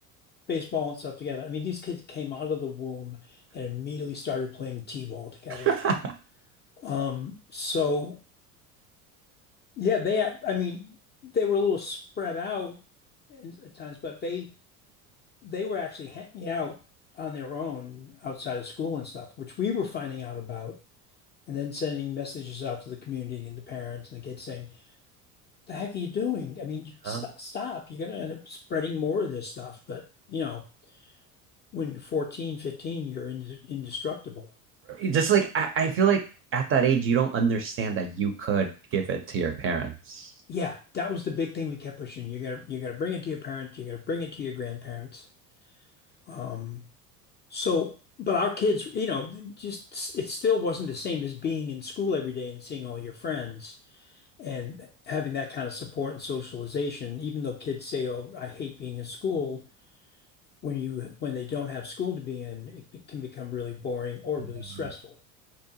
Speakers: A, on the left; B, on the right.
A: baseball and stuff together. I mean, these kids came out of the womb and immediately started playing t-ball together.
B: <laughs>
A: Um, so yeah, they, I mean, they were a little spread out in- at times, but they they were actually hanging out on their own outside of school and stuff, which we were finding out about and then sending messages out to the community and the parents and the kids saying, "The heck are you doing?" I mean, you-
B: Huh?
A: stop, stop. You're gonna end up spreading more of this stuff. But you know, when you're 14, 15, you're ind indestructible.
B: just like I, I feel like at that age you don't understand that you could give it to your parents.
A: Yeah, that was the big thing we kept pushing. You're gonna you're gonna bring it to your parents. You're gonna bring it to your grandparents. Um, so, but our kids, you know, just it still wasn't the same as being in school every day and seeing all your friends and having that kind of support and socialization. Even though kids say, "Oh, I hate being in school," when you when they don't have school to be in, it be- can become really boring or
B: Yeah.
A: really stressful.